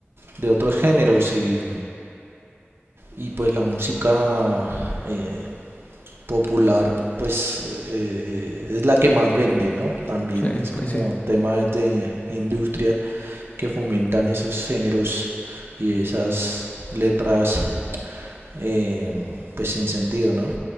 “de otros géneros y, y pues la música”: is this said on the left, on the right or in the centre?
Right